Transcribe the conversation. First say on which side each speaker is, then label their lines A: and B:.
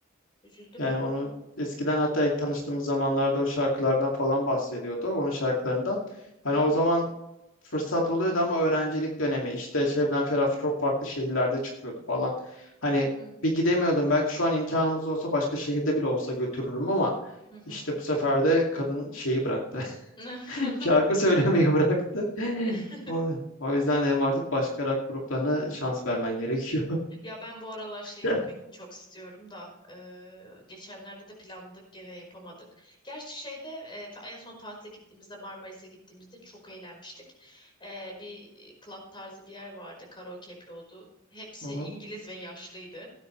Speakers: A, on the left (about 25°); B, on the left (about 70°).
A: Üzüldüm.
B: Yani onu eskiden hatta ilk tanıştığımız zamanlarda o şarkılardan falan bahsediyordu. Onun şarkılarından. Hani
A: Hı
B: o
A: hı.
B: zaman fırsat oluyordu ama öğrencilik dönemi işte Şebnem Ferah çok farklı şehirlerde çıkıyordu falan. Hani
A: Hı hı.
B: bir gidemiyordum. Belki şu an imkanımız olsa başka şehirde bile olsa götürürüm ama
A: Hı
B: işte bu sefer de kadın şeyi bıraktı.
A: hı.
B: <laughs> Şarkı söylemeyi bıraktı. <laughs>
A: <laughs>
B: O, o yüzden dedim artık başka rock gruplarına şans vermen gerekiyor.
A: Ya ben bu aralar şeye gitmek
B: Hı
A: çok istiyorum da eee, geçenlerde de planladık gene yapamadık. Gerçi şeyde eee, ta- en son tatile gittiğimizde Marmaris'e gittiğimizde çok eğlenmiştik. Eee, bir e, club tarzı bir yer vardı karaoke yapıyordu. Hepsi
B: hı.
A: İngiliz ve yaşlıydı.